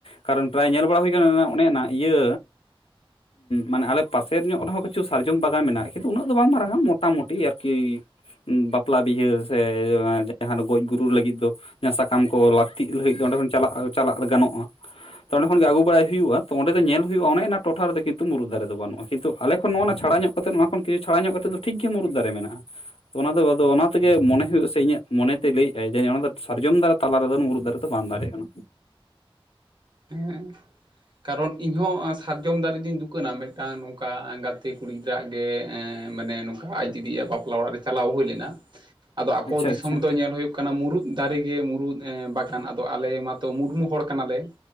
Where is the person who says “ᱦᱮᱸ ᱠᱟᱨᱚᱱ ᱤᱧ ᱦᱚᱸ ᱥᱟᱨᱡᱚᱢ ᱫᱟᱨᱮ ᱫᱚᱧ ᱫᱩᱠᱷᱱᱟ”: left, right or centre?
Right